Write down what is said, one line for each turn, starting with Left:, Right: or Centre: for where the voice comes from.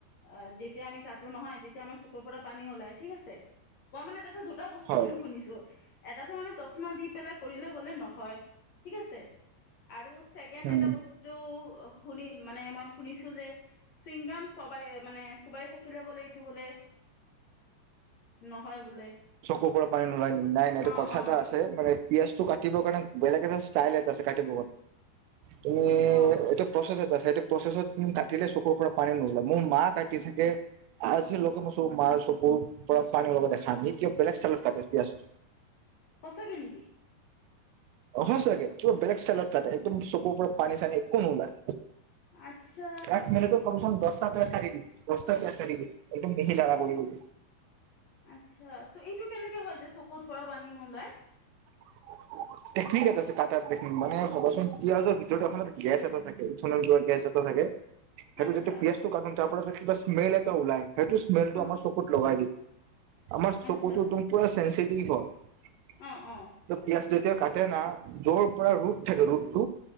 Left: অ যেতিয়া আমি কাটো নহয় তেতিয়া আমাৰ চকুৰ পৰা পানী ওলাই ঠিক আছে। পোৱা মানে যতে দু এটা বস্তু
Right: হয়।
Left: শুনিছোঁ এটা ত মানে চশমা দি পেলাই কৰিলে গ'লে নহয় ঠিক আছে। আৰু ছেকেণ্ড
Right: উম।
Left: এটা বস্তু। টো শুনি মানে মই শুনিছোঁ যে চিংগাম চবাই মানে। চোবাই থাকিলে গ'লে এইটো বোলে। নহয় বোলে
Right: চকুৰ পৰা পানী নোলাই নিকি নাই নাই এইটো
Left: অঁ
Right: কথা
Left: অঁ
Right: এটা আছে মানে পিয়াজ টো কাটিব কাৰণে বেলেগ এটা ষ্টাইল এটা আছে কাটিব। তুমি,,,
Left: অঁ
Right: এটা প্ৰচেছ এটা আছে সেইটো প্ৰচেছত খিনি কাটিলে চকুৰ পৰা পানী নোলায় মোৰ মা কাটি থাকে, আজি লগকে মই চকু মাৰ চকুৰ পৰা পানী ওলাব দেখা কাটি কিয় বেলেগ ইচতাইলত চানত কাটে পিয়াজ -
Left: সঁচাকে নেকি?
Right: হয় চাগে ত কিবা বেলেগ ষ্টাইলট কাটে একদম চকুৰ পৰা পানী চানি একু নোলায়।
Left: আচ্ছা
Right: এক মিনিটো কমছে কম দহ টা পিয়াজ কাটি দিম দস্তা পিয়াজ কাটি দিম, একদম মিহি দাৰা কৰি কৰি।
Left: আচ্ছা ত এইটো কেনেকে হয় যে চকুত পৰা পানী নোলাই।
Right: <unintelligible> টেকনিক এটা আছে, কাটা টেকনিক, মানে ভাবচোন পিয়াজৰ ভিতৰত এখন গেছ এটা থাকে উঠৰ গেছ এটা থাকে- কে সেইটো
Left: আচ্ছা
Right: যে পিয়াছ তটো কাট স্মেল এটা ওলাই সেইটোম্মেলটো
Left: অহ
Right: আমাৰ চুকুত লগাই দিয়ে। আমাৰ চকুতো
Left: আচ্ছা
Right: দুম পুৰা চেন্সিটিভ হয়।
Left: অ অ।
Right: ত পিয়াজ যেতিয়া কাটে না জ্বৰ পৰা ৰুদ থাকে ৰুদ।